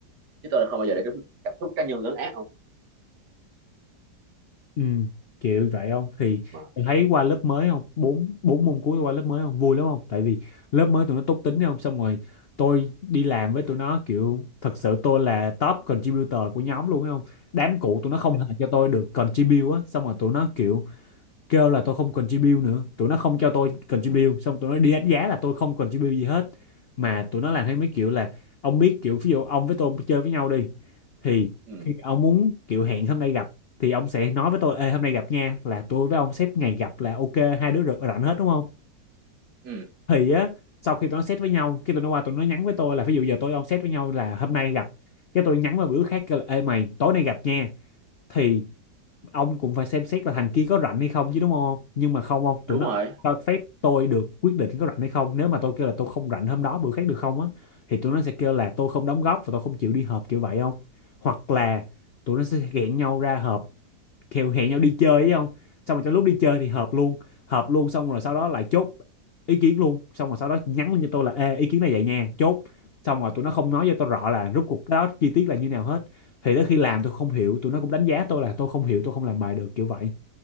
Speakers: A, on the right; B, on the left.
A: chứ tôi là không bao giờ để cảm xúc, cảm xúc cá nhân lớn ác không
B: ừ kiểu vậy không thì
A: mà
B: em thấy qua lớp mới không bốn bốn môn cuối qua lớp mới không vui lắm không tại vì lớp mới tụi nó tốt tính đấy không xong rồi tôi đi làm với tụi nó kiểu thật sự tôi là top contributor của nhóm luôn đấy không đám cũ tụi nó không hề cho tôi được contribute á xong rồi tụi nó kiểu kêu là tôi không contribute nữa tụi nó không cho tôi contribute xong tụi nó đi đánh giá là tôi không contribute gì hết mà tụi nó làm theo mấy kiểu là ông biết kiểu ví dụ ông với tôi chơi với nhau đi thì
A: ừ
B: khi ông muốn kiểu hẹn hôm nay gặp thì ông sẽ nói với tôi Ê, hôm nay gặp nha là tôi với ông xếp ngày gặp là ok hai đứa rảnh rảnh hết đúng không
A: ừ
B: thì á sau khi tụi nó set với nhau cái tụi nó qua tụi nó nhắn với tôi là ví dụ giờ tôi với ông set với nhau là hôm nay gặp cái tôi nhắn vào bữa khác kêu là ê mày tối nay gặp nha thì ông cũng phải xem xét là thằng kia có rảnh hay không chứ đúng không nhưng mà không không
A: đúng
B: tụi nó
A: rồi
B: không cho phép tôi được quyết định có rảnh hay không nếu mà tôi kêu là tôi không rảnh hôm đó bữa khác được không á thì tụi nó sẽ kêu là tôi không đóng góp và tôi không chịu đi họp kiểu vậy không hoặc là tụi nó sẽ ghẹn nhau ra họp kèo hẹn nhau đi chơi ấy không xong rồi trong lúc đi chơi thì hợp luôn hợp luôn xong rồi sau đó lại chốt ý kiến luôn xong rồi sau đó nhắn lên cho tôi là Ê, ý kiến này vậy nha chốt xong rồi tụi nó không nói cho tôi rõ là rốt cuộc cái đó chi tiết là như nào hết thì tới khi làm tôi không hiểu tụi nó cũng đánh giá tôi là tôi không hiểu tôi không làm bài được kiểu vậy